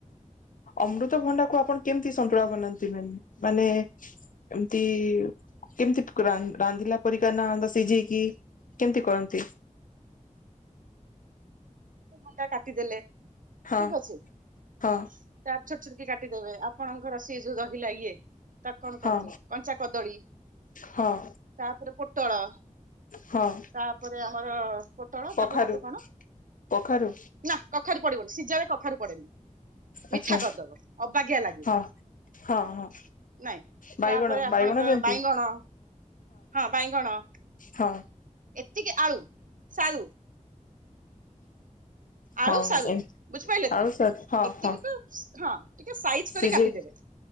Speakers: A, on the left (about 85°); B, on the right (about 85°).
A: ଅମୃତଭଣ୍ଡାକୁ ଆପଣ କେମିତି ସନ୍ତୁଳା ବନାନ୍ତି ମ୍ୟାମ୍ ମାନେ ଏମତି କେମତି ରା ରାନ୍ଧିଲା ପରିକା ନା ସିଝେଇକି କେମିତି କରନ୍ତି?
B: ଭଣ୍ଡା କାଟିଦେଲେ ଠିକ
A: ହଁ
B: ଅଛି ତାପରେ
A: ହଁ
B: ଛୋଟଛୋଟ କି କାଟିଦେବେ ଆ ଆପଣଙ୍କର ସିଏ ଯୋଉ ରହିଲା ଇଏ ତାକୁ କଣ
A: ହଁ
B: କହନ୍ତି କଞ୍ଚା କଦଳୀ
A: ହଁ
B: ତାପରେ ପୋଟଳ
A: ହଁ
B: ତାପରେ ଆମର ପୋଟଳ
A: କଖାରୁ
B: ତାପରେ ଆଉ ଗୋଟେ କଣ
A: କଖାରୁ
B: ନାଁ କ କଖାରୁ ପଡ଼ିବନି ସିଝାରେ କଖାରୁ ପଡ଼େନି।
A: ଆଚ୍ଛା
B: ମିଠା କରିଦବ ଅବାଗିଆ ଲାଗିବ
A: ହଁ ହଁ ହଁ
B: ନାଇଁ
A: ବାଇଗଣ
B: ତାପରେ ଆପଣଙ୍କର
A: ବାଇଗଣ ଯେମିତି
B: ବାଇଗଣ ହଁ ବାଇଗଣ
A: ହଁ
B: ଏତିକି ଆଳୁ ସାରୁ। ଆଳୁ
A: ହଁ
B: ସାରୁ
A: ଏ
B: ବୁଝିପାଇଲ
A: ଆଳୁ
B: ତ
A: ସାର୍ ହଁ
B: ଏତିକି
A: ହଁ
B: ତ ଆଉ। ହଁ। ଟିକେ ସାଇଜ
A: ସିଝେଇ
B: କରି କାଟିଦେବେ